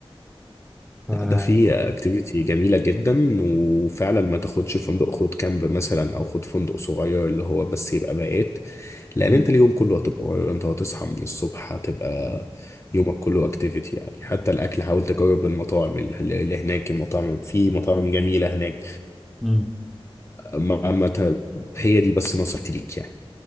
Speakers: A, in the centre; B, on the left.
A: يعني
B: لا ده في اكتيفيتي جميلة جدا وفعلا ما تاخدش فندق خد كامب مثلا او خد فندق صغير اللي هو بس يبقى بقيت لان
A: مم.
B: انت اليوم كله هتبقى غير انت هتصحى من الصبح هتبقى
A: مم.
B: يومك كله اكتيفيتي يعني حتى الاكل حاول تجرب المطاعم اللي اللي هناك المطاعم في مطاعم جميلة هناك
A: مم.
B: ما ما ت- هي دي بس نصيحتي ليك يعني